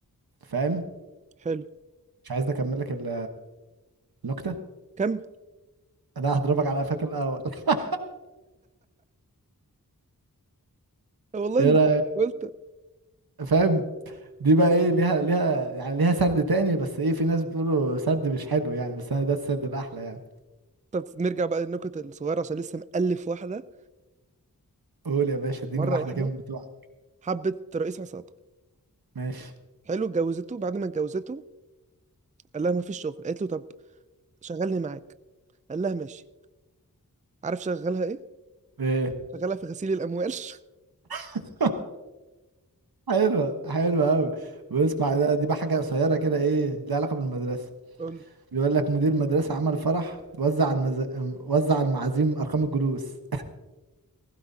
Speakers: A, on the right (about 80°); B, on the right (about 20°).
A: فاهم
B: حلو
A: مش عايزني اكمل لك ال- النكته
B: كم
A: انا هضربك على قفاك الاول <laughs>
B: أه، والله
A: ايه
B: انت
A: رايك
B: قلت
A: فاهم دي بقى ايه ليها ليها يعني ليها سرد تاني بس ايه في ناس بيقولوا سرد مش حلو يعني بس انا ده السرد الاحلى يعني
B: طب نرجع بقى للنكت الصغيره عشان لسه مألف واحده
A: قول يا باشا اديني
B: مره
A: واحده
B: واحده
A: كده من بتوعك
B: حبت رئيس عصابه
A: ماشي
B: حلو اتجوزته بعد ما اتجوزته قال لها ما فيش شغل قالت له طب شغلني معاك قال لها ماشي عارف شغلها ايه
A: ايه
B: شغلها في غسيل الاموال <laughs>
A: <laughs> حلوة حلوة أوي واسمع ده دي بقى حاجة قصيرة كده إيه ليها علاقة بالمدرسة
B: قول له
A: بيقول لك مدير مدرسة عمل فرح وزع المز... وزع المعازيم أرقام الجلوس